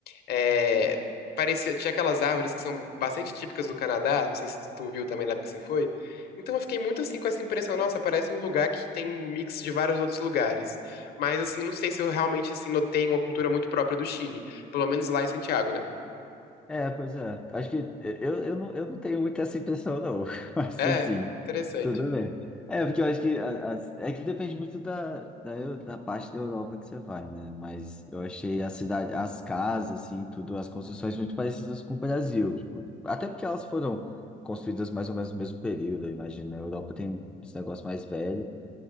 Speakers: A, on the left (about 70°); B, in the centre.
A: é, parecia, tinha aquelas árvores que são bastante típicas do Canadá, não sei se tu viu também na época que você foi. Então eu fiquei muito assim com essa impressão, nossa, parece um lugar que tem um mix de vários outros lugares. Mas assim, não sei se eu realmente assim notei uma cultura muito própria do Chile, pelo menos lá em Santiago, né?
B: É, pois é. Acho que eu, eu, não, eu não tenho muito essa impressão, não. <laughs> Mas
A: É,
B: assim,
A: interessante.
B: tudo bem. É, porque eu acho que a- as- é que depende muito da, da, eu- da parte da Europa que você vai, né? Mas eu achei a cidade, as casas, assim, tudo, as construções muito parecidas com o Brasil. Tipo, até porque elas foram construídas mais ou menos no mesmo período, eu imagino. né? A Europa tem esse negócio mais velho,